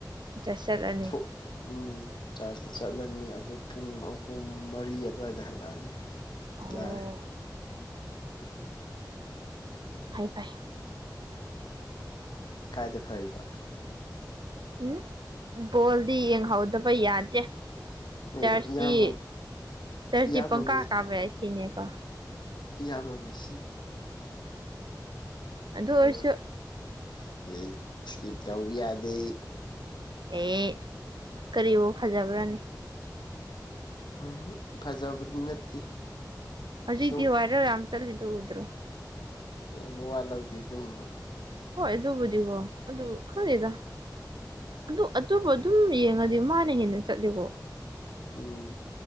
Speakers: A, on the right; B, on the left.
A: ꯆ꯭ꯔꯁ ꯆꯠꯂꯅꯤ
B: ꯊꯣꯛ ꯎꯝ ꯆꯥꯔꯖꯇ ꯆꯠꯂꯅꯤ ꯑꯗꯨ ꯄꯨꯡ ꯑꯍꯨꯝ ꯃꯔꯤ ꯑꯗꯨꯋꯥꯏꯗ ꯍꯜꯂꯛꯑꯅꯤ
A: ꯑꯣ
B: ꯌꯥꯔꯦ
A: ꯐꯥꯏ ꯐꯥꯏ
B: ꯀꯥꯏꯗ ꯐꯔꯤꯕ
A: ꯎꯝ ꯕꯣꯜꯗꯤ ꯌꯦꯡꯍꯧꯗꯕ ꯌꯥꯗꯦ
B: ꯑꯦ
A: ꯆꯔꯆꯇꯤ
B: ꯏꯌꯥꯝꯕ
A: ꯆꯔꯆꯇꯤ
B: ꯏꯌꯥꯝꯕ
A: ꯄꯪꯀꯥ ꯀꯥꯕ ꯌꯥꯏ ꯁꯤꯅꯦꯀꯣ
B: ꯢꯌꯥꯝꯕ ꯃꯦꯁꯤ
A: ꯑꯗꯨ ꯑꯣꯏꯔꯁꯨ
B: <unintelligible> ꯁꯤꯗꯩ ꯏꯁꯀꯤꯞ ꯇꯧꯕ ꯌꯥꯗꯦ
A: ꯑꯦ ꯀꯔꯤꯕꯨ ꯐꯖꯕ꯭ꯔꯥꯅꯦ
B: ꯎꯝ ꯐꯖꯕꯗꯤ ꯅꯠꯇꯦ
A: ꯍꯧꯖꯤꯛꯇꯤ
B: ꯁꯨꯝ
A: ꯚꯥꯏꯔꯦꯜ ꯌꯥꯝ ꯆꯠꯂꯤꯗꯣ ꯎꯗ꯭ꯔꯣ
B: ꯑꯦ ꯃꯣꯋꯥ ꯂꯧꯗꯦ ꯑꯗꯨꯒꯨꯝꯕ
A: ꯍꯣꯏ ꯑꯗꯨꯕꯨꯗꯤꯀꯣ ꯑꯗꯨ ꯈꯪꯗꯦꯗ ꯑꯗꯨ ꯑꯗꯨꯕꯨ ꯑꯗꯨꯝ ꯌꯦꯡꯉꯗꯤ ꯃꯥꯅ ꯍꯦꯟꯅ ꯆꯠꯂꯦꯒꯣ
B: ꯎꯝ